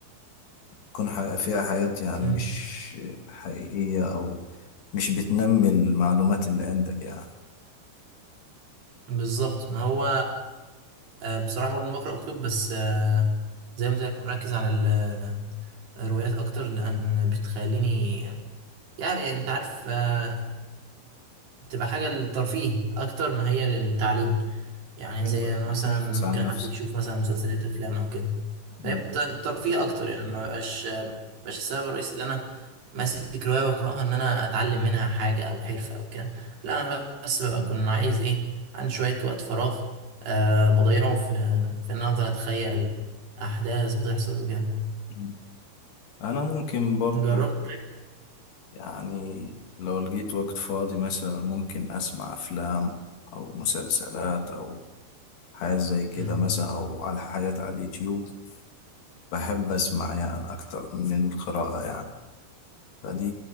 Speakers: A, on the left; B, on the right.
A: تكون ح- فيها حياة يعني
B: مم،
A: مش حقيقية أو مش بتنمي المعلومات اللي عندك يعني
B: بالظبط ما هو آه، بصراحه برضه بقرا كتب بس آه، زي ما قلت لك أنا مركز على ال- آه، الروايات اكتر لان بتخليني يعني انت عارف آه، بتبقى حاجه للترفيه اكتر ما هي للتعليم يعني
A: ايوه
B: زي مثلا
A: بتنفس
B: ممكن
A: عن عنها نفسك
B: حد يشوف مثلا مسلسلات افلام او كده فيبقى
A: مم.
B: ترفيه اكتر يعني ما بقاش ما بقاش السبب الرئيسي اللي انا ماسك روايه واقراها ان انا اتعلم منها حاجه او حرفه او كده لا انا بس بكون عايز ايه عندي شويه وقت فراغ أه بضيعه في في ان أنا افضل اتخيل احداث بتحصل وكده
A: مم. أنا ممكن برضو
B: جربت طيب.
A: يعني لو لقيت وقت فاضي مثلا ممكن أسمع أفلام أو مسلسلات أو حاجات زي كده
B: مم.
A: مثلا أو على حاجات على اليوتيوب بحب أسمع يعني أكتر من القراءة يعني فدي